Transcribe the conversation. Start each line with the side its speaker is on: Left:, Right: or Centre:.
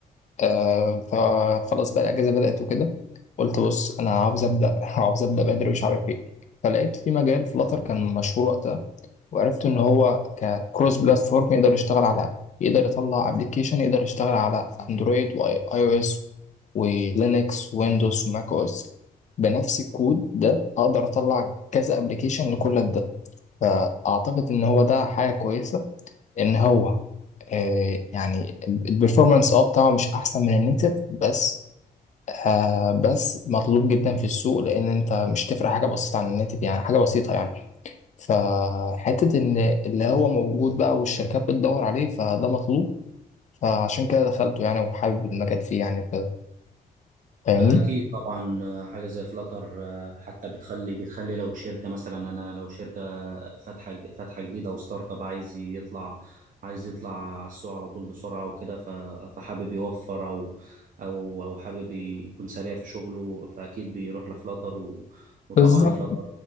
Left: آه فخلاص بقى الاجازه بدات وكده قلت بص انا عاوز ابدا <laughs> عاوز ابدا بدري مش عارف ايه فلقيت في مجال فلاتر كان مشهور وقتها وعرفت ان هو ككروس بلاتفورم يقدر يشتغل على يقدر يطلع ابلكيشن يقدر يشتغل على اندرويد واي او اس ولينكس ويندوز وماك او اس بنفس الكود ده اقدر اطلع كذا ابلكيشن لكل ده فاعتقد ان هو ده حاجه كويسه ان هو آه، يعني البرفورمانس اه بتاعه مش احسن من النيتف بس آه بس مطلوب جدا في السوق لان انت مش تفرق حاجه بسيطه عن النيتف يعني حاجه بسيطه يعني فحته ان اللي هو موجود بقى والشركات بتدور عليه فده مطلوب فعشان كده دخلته يعني وحابب المجال فيه يعني وكده فاهمني
Right: أكيد طبعا آه، حاجة زي فلاتر آه، حتى بتخلي بتخلي لو شركة مثلا أنا لو شركة فاتحة فاتحة جديدة وستارت اب عايز يطلع عايز يطلع على السوق على طول بسرعة وكده ف- فحابب يوفر أو أو أو حابب يكون سريع في شغله فأكيد بيروح لفلاتر و وطبعا
Left: بالظبط
Right: فلاتر